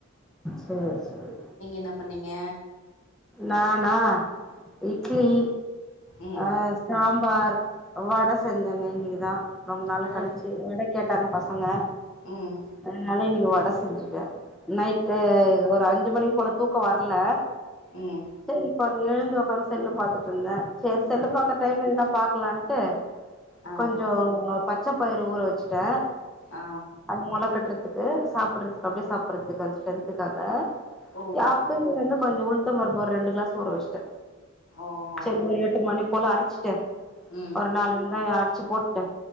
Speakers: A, in the centre; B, on the left.
A: செரி செரி
B: என்ன நீங்க
A: நானா இட்லி
B: ம்
A: அஹ் சாம்பார் வடஷ் செஞ்சங்க இன்னைகுதா ரொம்ப நாள்
B: அடடா
A: கழிச்சு வட கேட்டாங்க பசங்க
B: ம்
A: அதனால இன்னைக்கி வட செஞ்சுட்ட நைட்டு
B: ஓ
A: ஒரு அஞ்சு மணிக்கு போல தூ க்க வரல
B: ம்
A: சரிப நீ எழுந்துவ பஃங்ஷன்ல பாத்துட்ருந்த சரி செல்லு பாக் டைம் எதுனா பாக்லான்ட்டு
B: ஆ
A: கொஞ்சோ பத் பச்சப்பயிரு ஊற வச்சிட்ட
B: ஆ
A: அது மொள கட்றத் துகு சாப்பறதுக்கு அப்டியே சாப்பறதுக்கு அந்த ஸ்ட்ரென்த்துக்காக
B: ஓ
A: யாப்பு என்ன கொஞ்ச உளு த்தம் பருப்பு ஒரு ரெண்டு க்ளாஸ் ஊற வச்ட
B: ஓஹோ
A: செரி ஒரு எட்டு மணிப் போல அரச்சுட்டு
B: ம்
A: ஒரு நாலு வெங்காயோ அர ச்சு போட்டு